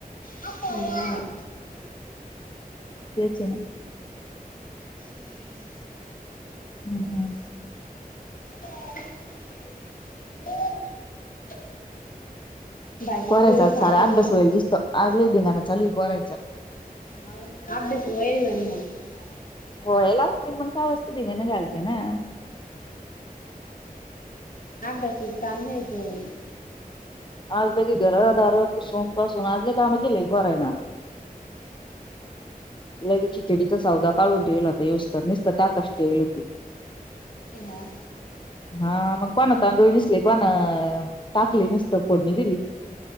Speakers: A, on the left (about 65°); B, on the left (about 30°).
A: हं हं
B: तेच ये ना.
A: हं हं.
B: हं.
A: <inaudible> भाजी
B: पोरायचा
A: पोळी
B: आज
A: खा
B: सारा
A: काही
B: अभ्यास होयेल दिसतो. आज लई धिंगाणा चालुये पोरायचा.
A: हो, अभ्यास व्हयल ना म. <inaudible>
B: होयल असतील मग तव्हाच त धिंगाणा घालते ना.
A: अभ्यासाचा ताण नाही पोरायचा.
B: आज लगी घर दार पुसून पासून, आज लई काम केलय पोरायना. लगेच खिचडीचा सौदा काढून ठेवला होता येवस्तर. निसत टाकीची ठेवल होती.
A: हां,
B: हा मग कोणा तांदूळ निसले कोणा टाकले निसत फोडणी दिली.